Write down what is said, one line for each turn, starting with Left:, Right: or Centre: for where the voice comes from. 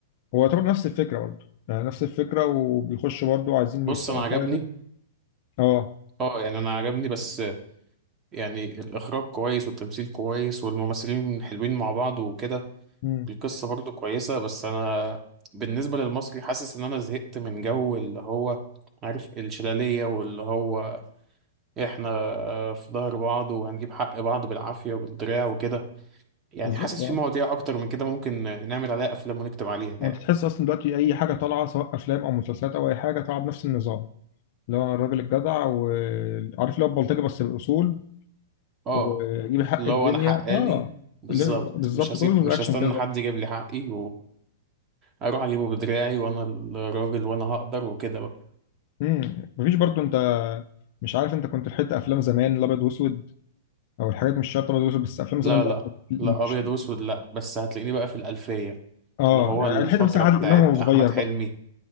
Left: هو طبعا نفس الفكره برضو يعني نفس الفكره وبيخشوا برضو عايزين
Right: بص
Left: يسرقوا
Right: انا عجبني
Left: حاجه اه
Right: اه يعني انا عجبني بس يعني الاخراج كويس والتمثيل كويس والممثلين حلوين مع بعض وكده
Left: مم.
Right: القصه برضو كويسه بس انا بالنسبه للمصري حاسس ان انا زهقت من جو اللي هو عارف الشلاليه واللي هو احنا في ظهر بعض وهنجيب حق بعض بالعافيه وبالدراع وكده يعني
Left: بالظبط
Right: حاسس
Left: آه.
Right: في مواضيع اكتر من كده ممكن نعمل عليها افلام ونكتب عليها
Left: وانت
Right: يعني
Left: تحس اصلا دلوقتي اي حاجه طالعه سواء افلام او مسلسلات او اي حاجه طالعه بنفس النظام اللي هو الراجل الجدع وعارف اللي هو البلطجي بس بالاصول
Right: اه
Left: ويجيب حق
Right: اللي
Left: مم.
Right: هو
Left: الدنيا
Right: انا حقاني
Left: اه
Right: بالظبط
Left: اللي بالظبط
Right: مش هسيب
Left: كله
Right: مش
Left: رياكشن
Right: هستنى
Left: كده
Right: حد يجيب لي حقي اروح اجيبه بدراعي وانا الراجل وانا هقدر وكده بقى
Left: امم مفيش برضو انت مش عارف انت كنت لحقت افلام زمان الابيض واسود او الحاجات مش شرط ابيض واسود بس افلام
Right: لا
Left: زمان ده
Right: لا
Left: مش
Right: لا ابيض واسود لا بس هتلاقيني بقى في الالفيه
Left: اه
Right: اللي هو
Left: يعني
Right: الفتره
Left: لحقت مثلا عادل
Right: بتاعت
Left: امام وهو صغير
Right: احمد حلمي
Left: بقى